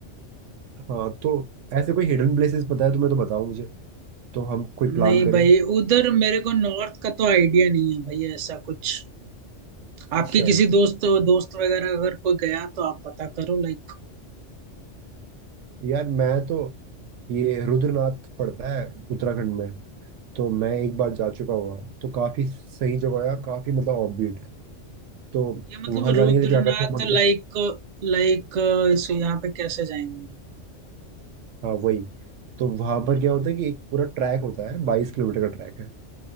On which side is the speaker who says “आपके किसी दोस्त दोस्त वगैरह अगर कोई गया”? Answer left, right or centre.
Right